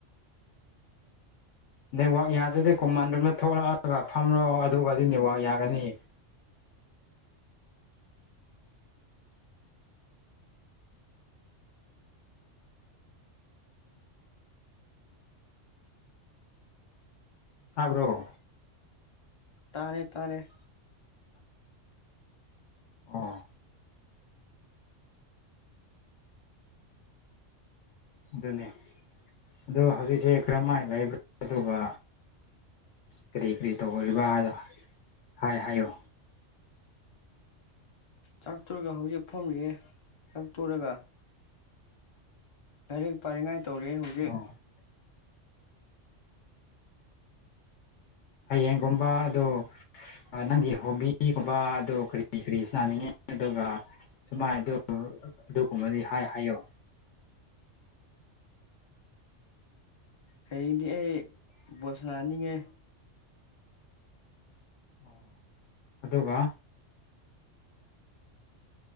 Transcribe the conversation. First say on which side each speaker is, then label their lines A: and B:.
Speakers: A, on the left; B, on the left.
A: ꯅꯦꯠꯋꯥꯛ ꯌꯥꯗꯗꯤ ꯀꯣꯃꯥꯟ ꯔꯣꯝꯗ ꯊꯣꯛꯂꯛꯑꯒ ꯐꯝꯔꯣ ꯑꯗꯨꯒꯗꯤ ꯅꯦꯠꯋꯥꯛ ꯌꯥꯒꯅꯤꯑꯦ ꯇꯥꯕ꯭ꯔꯣ
B: ꯇꯥꯔꯦ ꯇꯥꯔꯦ
A: ꯑꯣ ꯑꯗꯨꯅꯦ ꯑꯗꯣ ꯍꯧꯖꯤꯛꯁꯦ ꯀꯔꯝꯍꯥꯏ ꯂꯩꯕ꯭ꯔ ꯑꯗꯨꯒ ꯀꯔꯤ ꯀꯔꯤ ꯇꯧꯍꯜꯂꯤꯕ ꯍꯥꯏꯗꯣ ꯍꯥꯏ ꯍꯥꯏꯌꯣ
B: ꯆꯥꯛꯇꯨꯔꯒ ꯍꯧꯖꯤꯛ ꯐꯝꯔꯤꯑꯦ ꯆꯥꯛꯇꯣꯔꯒ ꯂꯥꯏꯔꯤꯛ ꯄꯥꯅꯤꯡꯉꯥꯏ ꯇꯧꯔꯦ ꯍꯧ
A: <unintelligible> ꯍꯌꯦꯡꯒꯨꯝꯕ ꯑꯗꯨ ꯑ ꯅꯪꯒꯤ ꯍꯣꯕꯤꯒꯨꯝꯕ ꯑꯗꯨ ꯀꯔꯤ ꯀꯔꯤ ꯁꯥꯅꯅꯤꯡꯉꯤ ꯑꯗꯨꯒ ꯁꯨꯃꯥꯏ ꯑꯗꯨ ꯑꯗꯨꯒꯨꯝꯕꯗꯤ ꯍꯥꯏ ꯍꯥꯏꯌꯣ
B: ꯍꯌꯦꯡꯗꯤ ꯑꯩ ꯕꯣꯜ ꯁꯅꯥꯅꯤꯌꯦ
A: ꯑꯣ ꯑꯗꯨꯒ